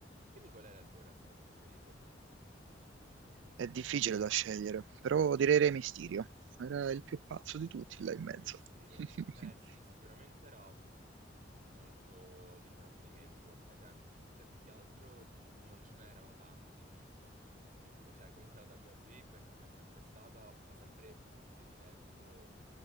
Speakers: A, on the right (about 45°); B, on the right (about 75°).
A: Quindi qual era il tuo wrestler preferito?
B: È difficile da scegliere, però direi Re Mysterio. Era il più pazzo di tutti là in
A: Rey
B: mezzo.
A: Mysterio.
B: <laughs>
A: Beh, sì, sicuramente era molto di intrattenimento ai tempi. Cioè, più che altro c- non ce n'erano tanti di piccoli. Cioè, comunque la WWE, per come è sempre stata, ha sempre prediletto